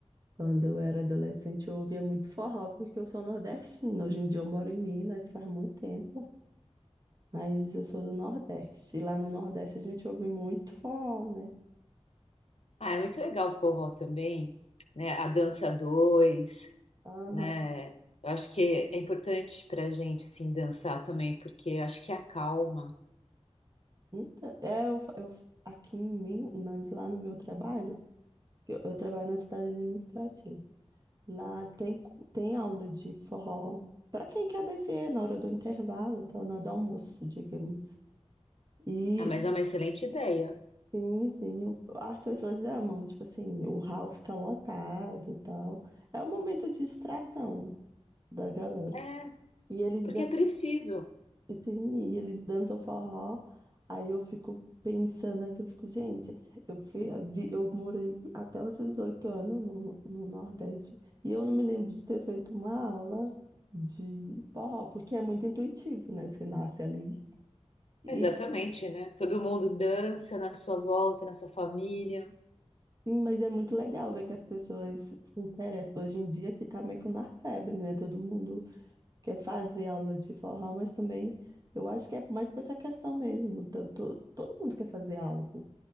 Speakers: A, on the right; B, on the left.
A: Quando eu era adolescente, eu ouvia muito forró, porque eu sou nordestina. Hoje em dia eu moro em Minas, faz muito tempo, mas eu sou do Nordeste. E lá no Nordeste a gente ouve muito forró, né?
B: Ah, é muito legal o forró também, né? A dança dois,
A: Aham.
B: né? Eu acho que é importante pra gente assim dançar também, porque eu acho que acalma.
A: Então, é, eu, fa- eu, aqui em Minas, lá no meu trabalho, eu, eu trabalho na cidade administrativa. Lá tem, cu- tem aula de forró para quem quer descer na hora do intervalo, tal, na hora do almoço, digamos. E
B: Ah, mas é uma excelente ideia.
A: sim, sim, eu- as pessoas amam, tipo assim, o hall fica lotado, e tal. É um momento de distração da galera.
B: É,
A: E eles
B: Porque é preciso.
A: E Sim, e eles dançam forró. Aí eu fico pensando assim, eu fico, gente, eu fui, vi- eu morei até os 18 anos no, no Nordeste. E eu não me lembro de ter feito uma aula de forró, porque é muito intuitivo, né? Você nasce ali.
B: Exatamente,
A: E
B: né? Todo mundo dança na sua volta, na sua família.
A: sim, mas é muito legal ver que as pessoas se interessam. Hoje em dia que tá meio que na febre, né? Todo mundo quer fazer aula de forró, mas também eu acho que é mais pra essa questão mesmo. tá- to- Todo mundo quer fazer algo.